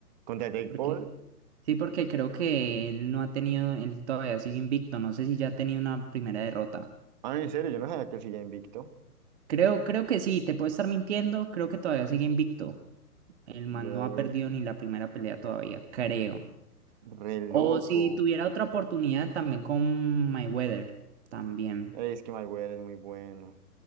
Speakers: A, on the right (about 30°); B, on the right (about 45°).
A: Contra Jake
B: ¿Por
A: Paul,
B: qué? Sí, porque creo que él no ha tenido, él todavía sigue invicto. No sé si ya ha tenido una primera derrota.
A: ah, en serio, yo no sabía que él seguía invicto.
B: Creo, creo que sí, te puedo estar mintiendo, creo que todavía sigue invicto. El
A: De
B: man no ha perdido ni la primera pelea todavía, creo.
A: re
B: O
A: loco.
B: si tuviera otra oportunidad también con Mayweather, también.
A: Ey, Es que Mayweather es muy bueno.